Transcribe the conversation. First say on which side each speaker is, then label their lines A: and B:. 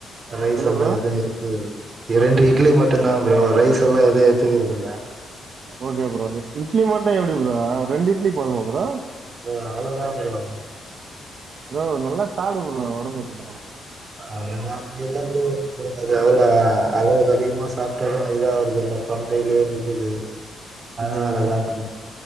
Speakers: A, on the right; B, on the right.
A: ரைஸ்
B: சொல்லு
A: எல்லா
B: ப்ரோ
A: எதுவு எடுத்துகறது இல்ல இரண்டு இட்லி மட்டு தா ப்ரோ ரைஸ் எல்லா எது ஏத்துக்கறது இல்ல
B: ஓகே ப்ரோ இட்லி மட்டு எப்டி ப்ரோ ரெண்டு இட்லி போதுமா ப்ரோ
A: ப்ரோ அவ்ளோதா ப்ரோ
B: ப்ரோ நல்லா சாப்புடு ப்ரோ உடம்புக்குல
A: அதுதா இல்ல ப்ரோ அது அவ்ளோ அளவுக்கு அதிகமா சாப்ட்டாலு இதாவருதில்ல தொண்டையிலயே நிக்குது அதனால
B: ஓகே ஓகே
A: தா ப்ரோ